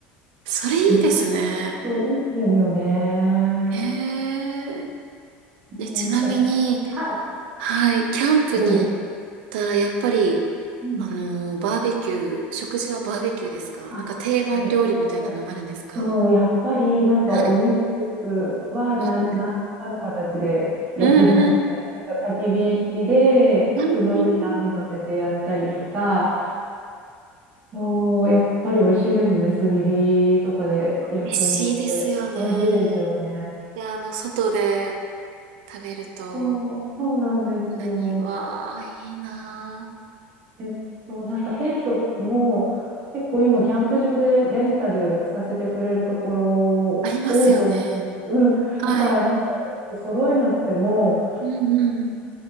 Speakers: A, on the right; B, on the right.
A: それいいですね。
B: できます。そう、いいですよね。
A: へえ。
B: もう、
A: で、ちなみに、
B: え、はい、
A: はい、キャンプに行ったら、
B: どうぞ
A: やっぱり、
B: うん
A: あのーバーベキュー、食事はバーベキューですかなんか定番料理みたいなのあるんですか
B: あえっと、そう、やっぱりなんかお肉は何、
A: はい。あ
B: 何らかの形で焼きますね。
A: うんうん。
B: なんか焚き火で、
A: うん
B: その上に網乗せてやったりとか、そう、やっぱり美味しいですよね。炭火とかで焼くのって。
A: 美味しいですよね。
B: 美味しいですよね。
A: で、あの、外で食べると、
B: そう、そうなんですよ。
A: こんなに、わあ、いいな
B: えっと、なんかテントも結構今キャンプ場でレンタルさせてくれるところ多いと思うんです。
A: ねありますよね。
B: うん。
A: はい。
B: だからなんか揃えなくても、
A: うんうんうん。